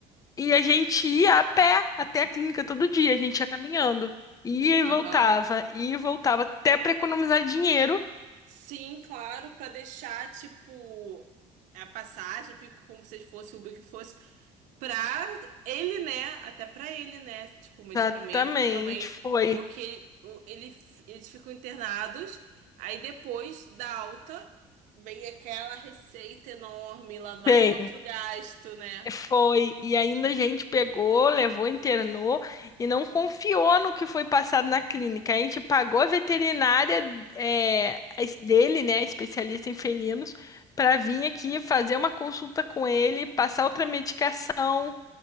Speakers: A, on the left (about 25°); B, on the right (about 70°).
A: E a gente ia a pé até a clínica todo dia, a gente ia caminhando. Ia e
B: Aham.
A: voltava, ia e voltava, até para economizar dinheiro.
B: Sim, claro, pra deixar, tipo, a passagem, fica como se fosse o Uber que fosse. Pra ele, né? Até pra ele, né? Tipo, o medicamento
A: Exatamente,
B: que também.
A: foi.
B: Porque o- ele, eles ficam internados, aí depois da alta vem aquela receita enorme, lá vai
A: Bem,
B: outro gasto, né?
A: Foi, e ainda a gente pegou, levou, internou e não confiou no que foi passado na clínica. A gente pagou a veterinária é, a es- dele, né, especialista em felinos, para vir aqui fazer uma consulta com ele, passar outra medicação.